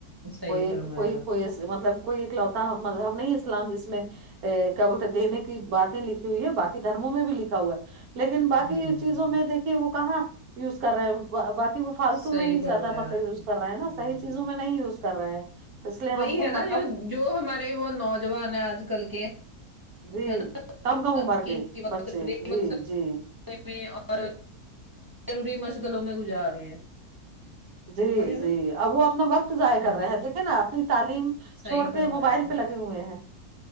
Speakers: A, on the right; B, on the right.
A: صحیح
B: کوئی ایک
A: فرمایا
B: کوئی
A: آپ
B: کوئی ای مطلب کوئی اکلوتا مذہب نہیں اسلام جس میں ا کیا بولتے دینے کی باتیں لکھی ہوئی ہے باقی دھرموں میں بھی لکھا ہوا ہے لیکن
A: نے
B: باقی
A: ہوں
B: چیزوں میں د دیکے وہ کہاں یوز کر رہے ہیں باقی وہ فالتو
A: صحیح
B: میں ہی
A: فرمایا
B: زیادہ مطلب
A: آپ
B: یوز
A: نے ہوں
B: کر رہے ہیں نا صحیح چیزوں میں نہیں یوز کر رہے ہیں تو اس لیے
A: وہی
B: ہم کو
A: ہے نا
B: مطلب
A: جو جو ہمارے وہ نوجوان ہیں آج کل کے
B: جی
A: نا <unintelligible>
B: کم کم
A: <unintelligible>
B: عمر کے بچے جی جی
A: اور ضروری مشغلوں میں گزار رہے ہیں
B: جی
A: وہی ہے نا
B: جی اب وہ اپنا وقت ضائع
A: ہوں
B: کر رہے ہیں دیکھیے نا اپنی تعلیم
A: صحیح
B: چھوڑ
A: فرمایا
B: کے موبائل پہ لگے ہوئے ہیں